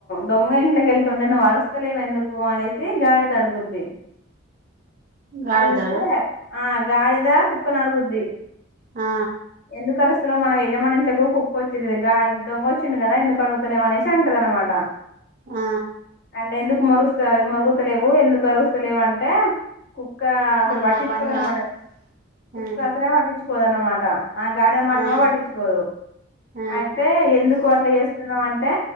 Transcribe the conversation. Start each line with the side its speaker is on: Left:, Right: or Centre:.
Left: దొంగ ఇంట్లోకెళ్తుంటే నువ్వరుస్తలేవెందుకు అనేసి గాడిదడుగుద్ది.
Right: గాడిదనా
Left: అడుగుతే ఆ గాడిదా కుక్కనడుగుద్ది.
Right: ఆ
Left: ఎందుకరు లో మన యజమాని ఇంట్లోకి కుక్కొచ్చేది గా దొంగ వచ్చింది కదా ఎందుకు అడుగుతలే అనేసి అంటదనమాట
Right: ఆ
Left: అంటే ఎందుకు మొరుస్త మొరుగుతలేవు ఎందుకు అరుస్తలేవంటే కుక్క అసలు
Right: అది
Left: పట్టిచ్చుకోదనమాట
Right: నా పని కాదు మ్మ్
Left: కుక్క అసలే పట్టిచ్చుకోదన్నమాట. ఆ గాడిద మాట
Right: ఆ
Left: కూడ పట్టించుకోదు
Right: ఆ
Left: అయితే ఎందుకు అట్లా చేస్తున్నావంటే